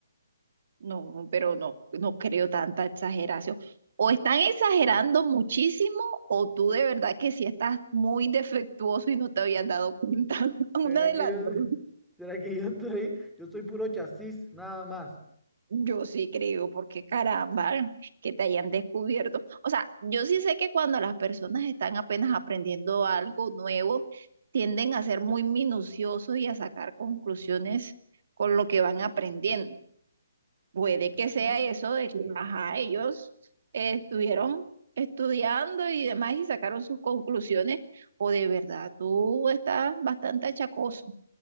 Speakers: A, on the right (about 55°); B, in the centre.
A: No, pero no, no creo tanta exageración. O están exagerando muchísimo, o tú de verdad que sí estás muy defectuoso y no te habías dado cuenta. <laughs> Una
B: ¿Será
A: de
B: que
A: las
B: yo,
A: dos.
B: <laughs> será que yo estoy, yo soy puro chasis, nada más?
A: Yo sí creo, porque caramba, que te hayan descubierto. O sea, yo sí sé que cuando las personas están apenas aprendiendo algo nuevo, tienden a ser muy minuciosos y a sacar conclusiones con lo que van aprendiendo. Puede que sea
B: ¿Mm?
A: eso de que, ajá, ellos eh, estuvieron estudiando y demás y sacaron sus conclusiones, o de verdad tú estás bastante achacoso.